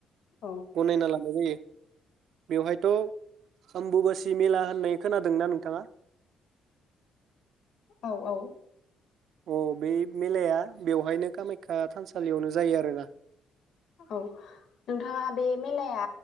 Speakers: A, on the left; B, on the right.
A: औ
B: गनायना लानाय जायो। बेवहायथ अम्बुुबासि मेला होननाय खोनादोंना नोंथाङा?
A: औ औ
B: अ बे मेलाया बेवहायनो कामाख्या थानसालियावनो जायो आरोना।
A: औ नोंथाङा बे मेलाया